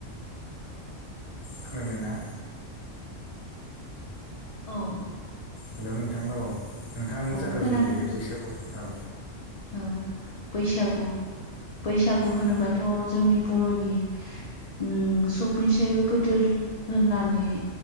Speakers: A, on the left; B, on the left.
A: खोनादोंना
B: औ
A: हेल' नोंथां औ नोंथाङानो
B: औ
A: जागायजेनदो
B: खोनादों
A: दे बैसागुनि औ
B: औ बैसागु बैसागु होनोबाथ'
A: औ
B: जोंनि बर'नि ओम सबनिसायबो गोदोर होननानै